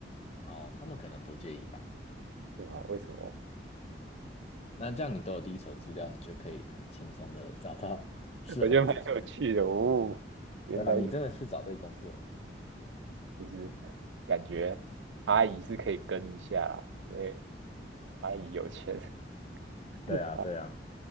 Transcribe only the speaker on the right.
哇，为什么？
<laughs> 我觉得蛮有趣的哦，原来如
就是感觉阿姨是可以跟一下啦，因为阿姨有钱，
<laughs> 好